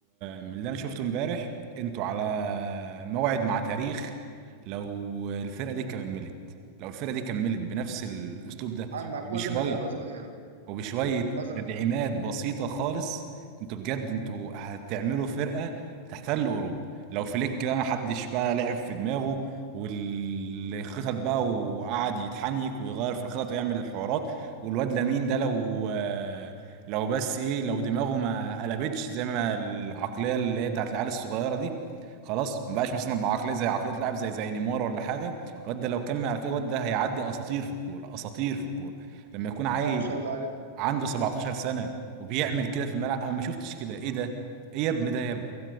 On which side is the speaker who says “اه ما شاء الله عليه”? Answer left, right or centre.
Right